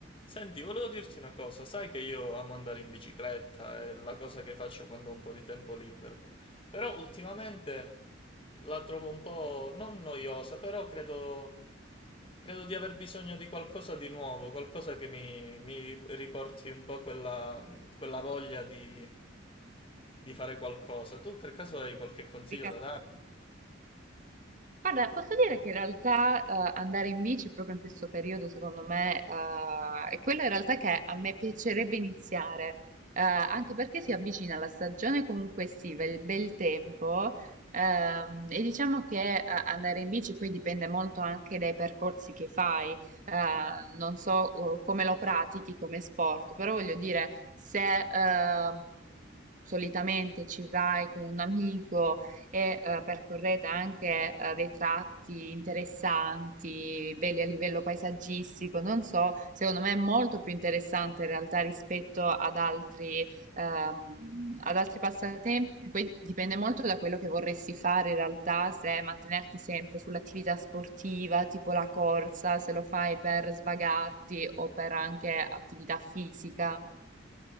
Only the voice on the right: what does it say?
Dica-
Guarda, posso dire che in realtà eh, andare in bici proprio in questo periodo, secondo me, eh, è quello in realtà che a me piacerebbe iniziare, eh, anche perché si avvicina la stagione comunque estiva, il bel tempo, ehm, e diciamo che eh, andare in bici poi dipende molto anche dai percorsi che fai, eh, non so eh, come lo pratichi come sport, però voglio dire, se ehm, solitamente ci vai con un amico, e eh, percorrete anche eh, dei tratti interessanti, belli a livello paesaggistico, non so, secondo me è molto più interessante in realtà rispetto ad altri, ehm, ad altri passatempi, poi dipende molto da quello che vorresti fare in realtà, se mantenerti sempre sull'attività sportiva, tipo la corsa, se lo fai per svagarti o per anche attività fisica.